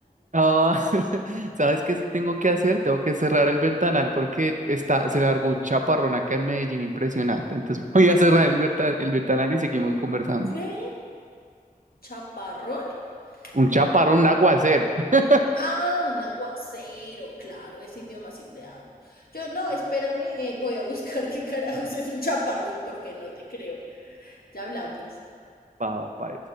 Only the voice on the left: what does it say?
¿Un
<laughs> ¿Qué? ¿Chaparrón?
Déjame voy
a-
Ah, un aguacero, claro, ese idioma sí te hablo. Yo, no, espérame, eh, voy a buscar qué carajos es un chaparrón porque no te creo. Ya hablamos.